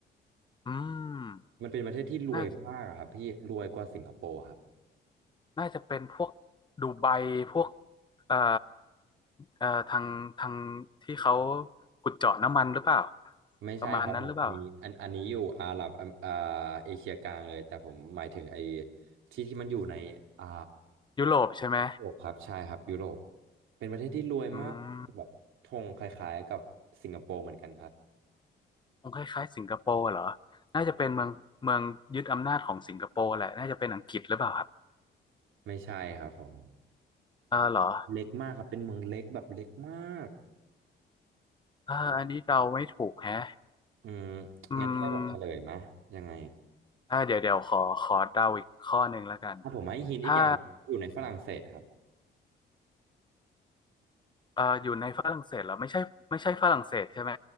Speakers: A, on the left (about 25°); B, on the right (about 80°).
A: อืม
B: มันเป็นประเทศที่รวยมากอะครับพี่รวยกว่าสิงคโปร์ครับ
A: น่าจะน่าจะเป็นพวกดูไบพวกเอ่อเอ่อทางทางที่เขาขุดเจาะน้ำมันหรือเปล่า
B: ไม่ใช่ครับผมอันนี้อันอันนี้อยู่อาหรับอมอ่า
A: ประมาณนั้นหรือเปล่า
B: เอเชียกลางเลยแต่ผมหมายถึงไอ้ที่ที่มันอยู่ในอ่า
A: ยุโรปใช่ไหม
B: ยุโรปครับใช่ครับยุโรปเป็นประเทศที่รวยมากแบบธงคล้ายๆกับสิงคโปร์เหมือนกันครับ
A: อืมคงคล้ายๆสิงคโปร์เหรอน่าจะเป็นเมืองเมืองยึดอำนาจของสิงคโปร์แหละน่าจะเป็นอังกฤษหรือเปล่าครับ
B: ไม่ใช่ครับผม
A: เออเหรอ
B: เล็กมากครับเป็นเมืองเล็กแบบเล็กมาก
A: เอออันนี้เดาไม่ถูกแฮะ
B: อืม
A: อืม
B: งั้นพี่ให้ผมเฉลยมะยังไง
A: อ่าเดี๋ยวเดี๋ยวขอขอเดาอีกข้อหนึ่งแล้วกัน
B: ถ้าผมให้หินอีกอย่างหนึ่งอยู่ในฝรั่งเศสครับ
A: ถ้า เอ่ออยู่ในฝรั่งเศสเหรอไม่ใช่ไม่ใช่ฝรั่งเศสใช่ไหม